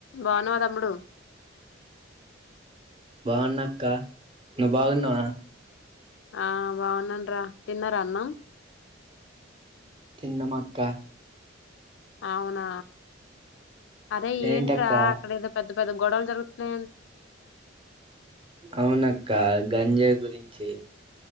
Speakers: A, on the left; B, on the right.
A: బాన్నావా తమ్ముడు
B: బాగున్నాక్క నువ్ బాగున్నావా
A: ఆ బాగున్నాం రా తిన్నారా అన్న
B: తిన్నాం అక్క
A: అవునా అరే
B: ఏంటక్క
A: ఏంట్రా అక్కడ ఏదో పెద్ద పెద్ద గొడవలు జరుగుతున్నయ
B: అవునక్క గంజాయి గురించి